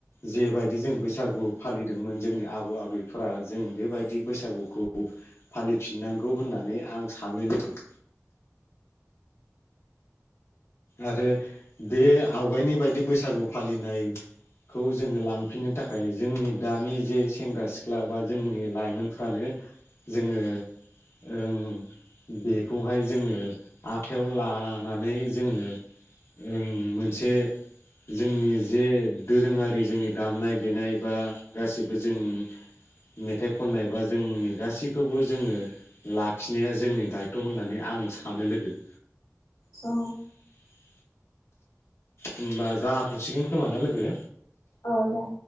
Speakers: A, on the left; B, on the left.
A: जेबायदि जों बैसागु फालिदोंमोन जोंनि आबौ आबैफोरा जों बेबायदि बैसागुखौ फालिफिननांगौ होननानै आं सानो लोगो। आरो बे आवगायनि बायदि बैसागु फालिनाय खौ जोङो लांफिननो थाखाय जोंनि दानि जे सेंग्रा सिख्ला बा जोंनि लाइमोनफ्रानो जोङो ओं बेखौहाय जोङो आखायाव लानानै जोङो ओं मोनसे जोंनि जे दोरोङारि जोंनि दामनाय देनाय बा गासिबो जों
B: <inaudible>
A: मेथाइ खननाय बा जोंनि गासैखौबो जोङो लाखिनाया जोंनि दायथ' होननानै आं सानो लोगो
B: औ
A: <inaudible> होनबा जाथ'सिगोन खोमा ना लोगो।
B: औ दे।